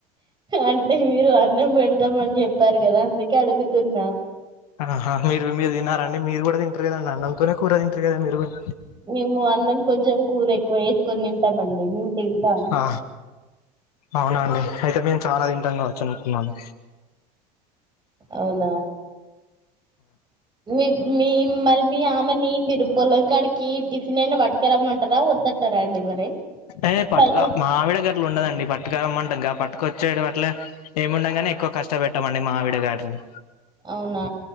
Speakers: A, on the right (about 25°); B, on the left (about 75°).
A: అంటే మీరు అన్నం పెడతాం అని చెప్పారు కద అందుకే అడుగుతున్నా
B: ఆహా మీరు మీరు తిన్నారండి మీరు కూడ తింటారు కదండి అన్నంతోనే కూర తింటరు కదా మీరు కూడ
A: మేము అన్నం కొంచెం కూరె వేసుకొని తింటామండి మేము తింటాం
B: ఆ అవునా అండి అయితే మేము చాలా తింటంగా వచ్చు అనుకున్నాను
A: అవునా మీ మీ మరి మీ ఆమెని మీరు పొలంకాడికి టిఫిన్ అయినా పట్టుక రమ్మంటరా వద్దంటారా అండి మరి
B: ఏ పట్టు
A: బైక్
B: మా గావిడ గట్లు ఉండదండి పట్టుక రామ్మంటె గ పట్టుకొచ్చ చేయడం అట్ల ఏముండగానే ఎక్కువ కష్టపెట్టామండి మా ఆవిడ గారిని
A: అవునా